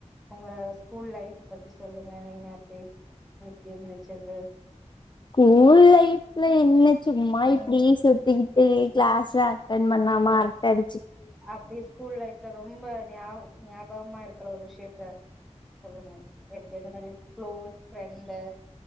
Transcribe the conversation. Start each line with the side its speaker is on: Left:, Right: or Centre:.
Centre: உங்க ஸ்கூல் லைஃப பத்தி சொல்லுங்க நீங்க பே அப்டின் வெச்சது
Left: ஸ்கூல் லைஃப்ல என்ன சும்மா
Centre: ம்
Left: இப்படீ சுத்திக்கிட் ஏ க்ளாஸ்ல அட்டண் பண்ணாமா அரட்ட அடிச்சு
Centre: அப்டி ஸ்கூல் லைஃப்ல ரொம்ப ஞா ஞாபகமா இருக்குற ஒரு விஷயத்த சொல்லுங்க எப்டி எந்தமாரி க்ளோஸ் ஃபிரெண்டு